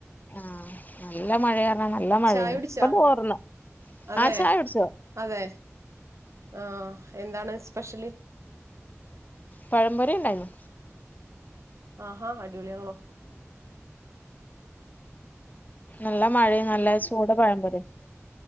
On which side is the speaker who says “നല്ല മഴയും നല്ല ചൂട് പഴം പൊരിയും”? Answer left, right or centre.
Left